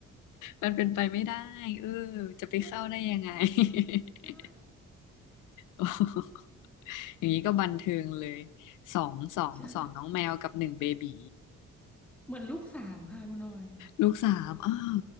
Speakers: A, on the left; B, in the centre.
A: มันเป็นไปไม่ได้เออจะไปเข้าได้ยังไง
B: ใช่มันเป็นไปไม่ได้
A: <laughs>
B: ใช่
A: <laughs> อย่างนี้ก็บันเทิงเลยสองสองสองน้องแมวกับหนึ่งเบบี
B: ใช่เหมือนลูกสามค่ะคุณออย
A: ลูกสามอ้าว